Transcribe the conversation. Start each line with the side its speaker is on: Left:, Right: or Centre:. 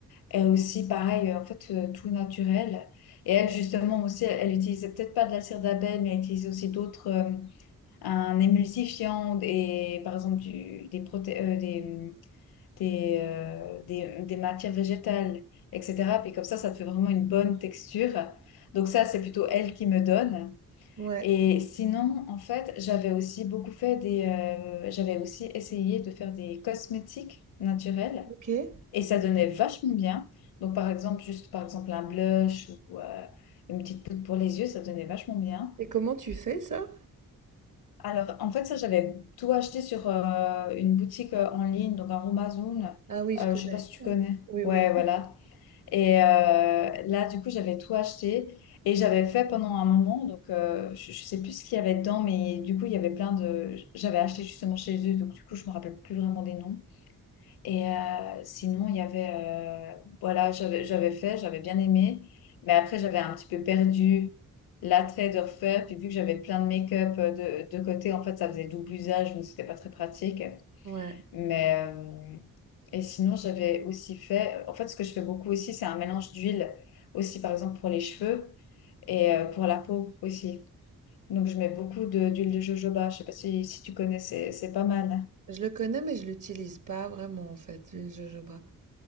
Left: Elle aussi, pareil, euh, en fait, euh, tout naturel. Et elle, justement, aussi, elle, elle utilisait peut-être pas de la cire d'abeille, mais elle utilise aussi d'autres, euh, un émulsifiant et par exemple du, des, proté euh, des, mmh, des, euh, des, des matières végétales, etc. Puis comme ça, ça te fait vraiment une bonne texture. Donc ça, c'est plutôt elle qui me donne.
Right: Ouais,
Left: Et sinon, en fait, j'avais aussi beaucoup fait des, euh, j'avais aussi essayé de faire des cosmétiques naturels
Right: ok. Et
Left: et ça donnait vachement bien. Donc, par exemple, juste par exemple un blush ou euh, une petite poudre pour les yeux, ça donnait vachement bien.
Right: comment tu fais ça?
Left: Alors, en fait, ça, j'avais tout acheté sur euh, une boutique euh, en ligne, donc un Amazon.
Right: Ah oui, je
Left: Euh,
Right: connais.
Left: je sais pas si tu connais.
Right: Oui,
Left: Ouais,
Right: oui.
Left: voilà. Et euh, là, du coup, j'avais tout acheté et j'avais fait pendant un moment. Donc, euh, je, je sais plus ce qu'il y avait dedans, mais du coup, il y avait plein de. J'avais acheté justement chez eux, donc du coup, je me rappelle plus vraiment des noms. Et euh, sinon, il y avait. euh, voilà, j'avais j'avais fait, j'avais bien aimé, mais après, j'avais un petit peu perdu l'attrait de refaire. Puis, vu que j'avais plein de make-up euh, de, de côté, en fait, ça faisait double usage, donc c'était pas très pratique.
Right: Ouais,
Left: Mais, euh, et sinon, j'avais aussi fait, en fait, ce que je fais beaucoup aussi, c'est un mélange d'huile, aussi par exemple pour les cheveux et euh, pour la peau aussi. Donc, je mets beaucoup de- d'huile de jojoba. Je sais pas si, si tu connais, c'est c'est pas mal.
Right: je le connais, mais je l'utilise pas vraiment en fait, l'huile de jojoba.